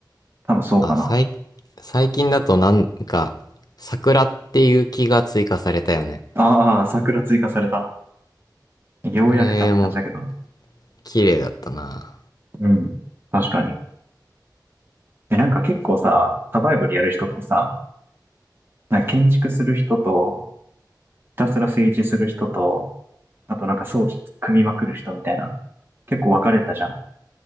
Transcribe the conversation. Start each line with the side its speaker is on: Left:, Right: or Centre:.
Right: 多分そうかな。
Left: あ、最、最近だとなんか、桜っていう木が追加されたよね。
Right: ああ、桜追加された。ようやくかって感じだけど。
Left: あれも綺麗だったな。
Right: うん。確かに。え、なんか結構さ、サバイバルやる人ってさ、なんか建築する人と、たすら政治する人と、あとなんか装置組みまくる人みたいな。結構分かれたじゃん。